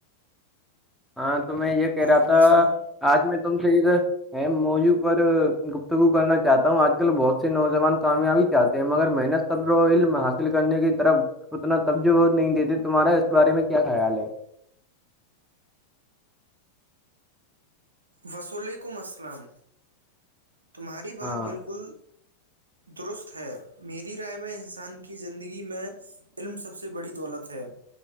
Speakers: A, in the centre; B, on the right.
A: ہاں تو میں یہ کہہ
B: وعلیکم
A: رہا تھا
B: السلام
A: آج میں تم سے ایک ا موضوع پر گفتگو کرنا چاہتا ہوں آج کل بہت سے نوجوان کامیابی چاہتے ہیں مگر محنت صبر و علم حاصل کرنے کی طرف اتنا تبج نہیں دیتے تمہارا اس بارے میں کیا خیال ہے
B: وسلیکم السلام تمہاری بات
A: ہاں
B: بالکل درست ہے میری رائے میں انسان کی زندگی میں علم سب سے بڑی دولت ہے